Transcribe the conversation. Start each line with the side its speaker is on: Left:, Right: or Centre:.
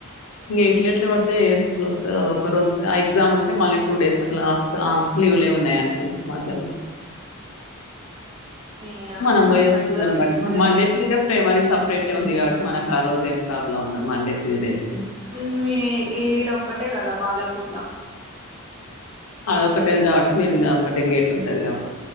Left: ఇంక ఎట్ల ఎట్లా పడితే ఏ స్కూల్ వస్తుంది అది ఒక రోజు ఆ ఎగ్జామ్ ఉంటే మళ్ళీ టూ డేస్ అట్లా సా లీవులే ఉన్నాయి అంటున్నారు మద్యలో
Right: ఏమో
Left: మనం
Right: నేను
Left: పోయే
Right: ఒక్కటి
Left: స్కూల్
Right: కూడా
Left: అని
Right: పెట్టుకోలే
Left: బట్టి మండే
Right: పేరు
Left: తి ప్రైమరీ సపరేట్ ఉంది కాబట్టి మనకు ఆ రోజు ఏం ప్రాబ్లమ్ ఉండదు మండే ట్యూస్డే డేస్
Right: ఉ ఈ ఈడ ఒక్కటే కదా బాలపూర్ లో
Left: ఆ అదొకటేది కాబట్టి మీరు ఇంకా ఒకటే గేట్ ఉంటాది కాబట్టి